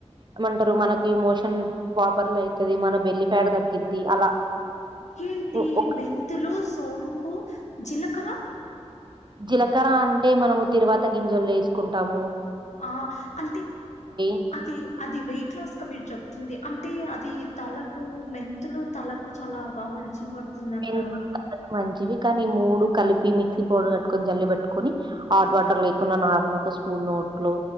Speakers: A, on the right (about 40°); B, on the left (about 80°).
A: ఏమంటారు మనకి మోషన్ ప్రాపర్లి అయితది మన బెల్లి ఫ్యాట్ తగ్గిద్ది అలా
B: ఏంటి
A: ఉ ఒ
B: మెంతులు సో సోంపు జిలకర
A: జిలకర అంటే మనము తిరువాత గింజల్లో ఏసుకుంటాము
B: ఆ అంటే
A: ఆ
B: అది అది వెయిట్ లాస్గా మీరు చెప్తుంది అంటే అది తల కు మెంతులు తలకు చాలా బా మంచిగ పడ్ తుందంటారు
A: మెంతులు చల్లగా మంచివి కానీ మూడు కలిపి మిక్సీ పౌడర్ అట్టుకొని జల్లి పట్టుకొని హాట్ వాటర్ లేకుండా నార్మల్ ఒక స్పూన్ నోట్ లో